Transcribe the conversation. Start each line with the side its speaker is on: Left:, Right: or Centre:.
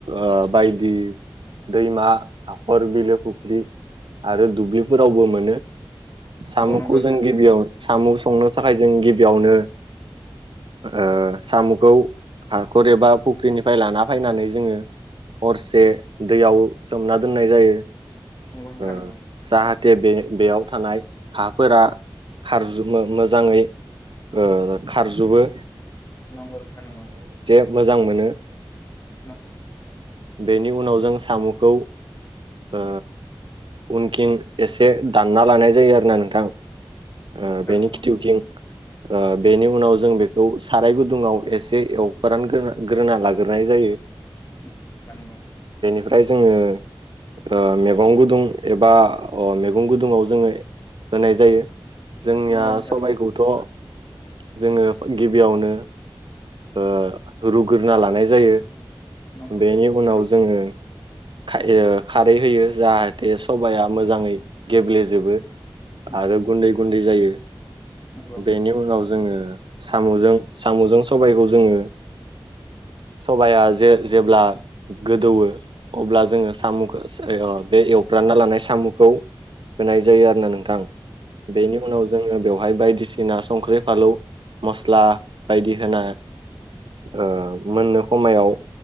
Right: ओ बायदि दैमा हाखर बिलो फुख्रि आरो दुब्लिफोरावबो मोनो सामु'खौ
Left: नंगौ
Right: जों गिबियाव सामु' संनो थाखाय जों गिबियावनो ओ सामु'खौ हाखर एबा फुख्रिनिफ्राय लाना फायनानै जोङो हरसे दैयाव सोमना दोननाय जायो।
Left: नोंथां
Right: ओ
Left: नंगौ
Right: जाहाते बे बेयाव थानाय हाफोरा खारजोमो मोजाङै ओ खारजोबो।
Left: नंगौ नोंथां नंगौ।
Right: मोजां मोनो
Left: नंगौ
Right: बेनि उनाव जों सामु'खौ ओ उनखिं एसे दानना लानाय जायो आरोना नोंथां। ओ बेनि
Left: नोंथां नंगौ
Right: खिथिउखिं ओ बेनि उनाव जों बेखौ साराय गुदुङाव एसे एवफ्रानग्रोन ग्रोना लाग्रोनाय जायो।
Left: नंगौ नोंथां नंगौ।
Right: ओमफ्राय जोङो ओ मेगं गुदुं एबा अ मेगं गुदुङाव जोङो होनाय जायो। जोंनिया
Left: नंगौ नोंथां
Right: सबायखौथ'
Left: नंगौ
Right: जोङो गिबियावनो ओ रुग्रोना लानाय जायो।
Left: नंगौ नोंथां नंगौ नंगौ
Right: बेनि
Left: नोंथां
Right: उनाव
Left: नंगौ नंगौ
Right: जोङो
Left: नोंथां नंगौ
Right: खाय ओ खारै होयो जाहाथे सबाइया मोजाङै गेब्लेजोबो।
Left: नंगौ
Right: आरो गुन्दै गुन्दै जायो
Left: नंगौ
Right: बेनि उनाव जोङो सामु'जों साम'जों सबायखौ जोङो सबाइया जे-जेब्ला गोदौवो अब्ला जोङो सामु'खौ बे एवफ्रानना लानाय सामु'खौ होनाय जायो आरो ना नों थां बेनि उनाव जोङो बेवहाय बायदिसिना संख्रि फालौ, मस्ला बायदि होना ओ मोननो हमायाव